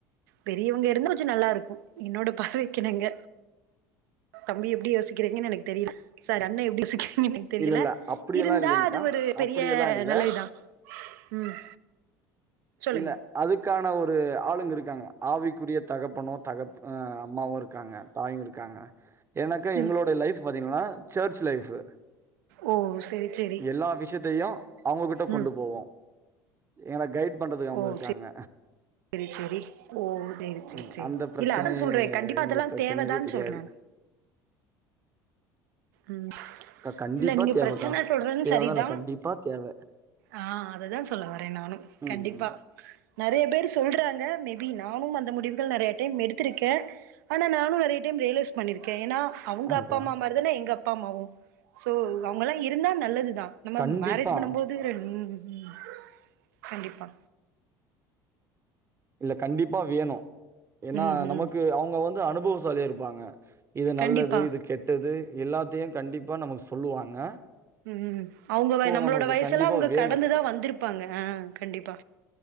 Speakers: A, on the right; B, on the right.
A: பெரியவங்க இருந்தா கொஞ்ச நல்லா இருக்கு என்னோட பார்வைக்குகிணங்க தம்பி எப்டி யோசிக்கிறீங்கனு எனக்கு தெரில சார் அண்ண எப்டி யோசிக்கிறீங்கனு எனக் தெரியல
B: இல்ல இல்ல அப்படியெல்லா
A: இருந்தா
B: இல்லைங்க்கா
A: அது ஒரு பெரிய
B: அப்படியெல்லா இல்ல
A: நல்ல இதா ம் சொல்லுங்க
B: இல்ல அதுக்கான ஒரு ஆளுங்க இருக்காங்க ஆவிக்குரிய தகப்பனு தகப் அ அம்மாவு இருக்காங்க தாயு இருக்காங்க ஏனாக்காக
A: ம்
B: எங்களோட இப்ப லைஃப் பாத்தீங்கன்னா சர்ச் லைஃபு
A: ஓ செரி செரி
B: எல்லா விஷயத்தையு அவங்ககிட்ட கொண்டு
A: ம்
B: போவோ எனக் கைட் இது பண்றதுக்கு அவங்க
A: ஓ
B: இருக்காங்க
A: செ செரி செரி ஓ செரி செரி
B: உ
A: செரி
B: அந்த பிரச்சனயே
A: இல்ல அதா சொல்றே கண்டிப்பா
B: எங்களுக்கு
A: அதெல்லா
B: பிரச்சனயாவே
A: தேவதான்
B: கெடையாது
A: சொல்றே நானு ம்
B: அக்கா கண்டிப்பா
A: இல்ல நீங்க
B: தேவக்கா.
A: பிரச்சன சொல்றது
B: தேவதான்
A: சரிதா
B: இல்ல கண்டிப்பா தேவ.
A: ஆ அததா சொல்ல வர நானு
B: ம்.
A: கண்டிப்பா நெறைய பேர் சொல்றாங்க மேபி நானும் அந்த முடிவுகள் நெறையா டைம் எடுத்துருக்க ஆனா நானு நெறைய டைம் ரியலைஸ் பண்ணிருக்கே ஏன்னா அவுங்க
B: ஆங்க்கா.
A: அப்பா அம்மா மாரிதான எங்க அப்பா அம்மாவு சோ அவங்கல்லா இருந்தா நல்லதுதா நம்ம
B: கண்டிப்பா.
A: மேரேஜ் பண்ணும்போது ம் ம் கண்டிப்பா
B: இல்ல கண்டிப்பா வேணு ஏனா
A: ம்
B: நமக்கு
A: ம்
B: அவுங்க வந்து அனுபவசாலியா இருப்பாங்க இது நல்லது
A: கண்டிப்பா
B: இது கெட்டது எல்லாத்தையு கண்டிப்பா நமக்கு சொல்லுவாங்க
A: ம்ம் அவுங்க
B: சோ
A: நம்மளோட
B: நமக்கு
A: வயசெல்லா
B: கண்டிப்பா
A: அவுங்க
B: வேணும்.
A: கடந்துதா வந்துருப்பாங்க அ கண்டிப்பா